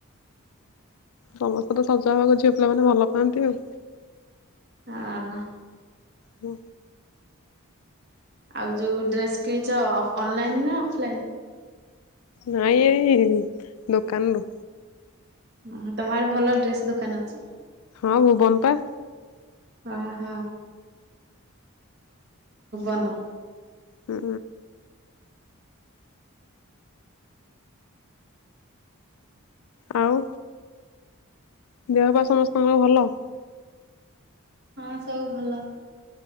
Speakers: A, on the left; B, on the right.
A: ସମସ୍ତେ ତ ସଜହେବାକୁ ଝିଅ ପିଲାମାନେେ ଭଲ ପାଆନ୍ତି ଆଉ।
B: ହଁ
A: ହୁଁ
B: ଆଉ ଯୋଉ ଡ୍ରେସ୍ କିଣିଛ ଅ ଅନଲାଇନ ନା ଅଫଲାଇନ?
A: ନାଇଁ ଏଇ ଦୋକାନରୁ।
B: ଓହ ତମ ଆଡେ ଭଲ ଡ୍ରେସ୍ ଦୋକାନ ଅଛି।
A: ହଁ ଭୁବନ ପା।
B: ଓହ ଭୁବନ।
A: ହ ଆଉ ଦେହ ପା ସମସ୍ତଙ୍କର ଭଲ?
B: ହଁ ସବୁ ଭଲ।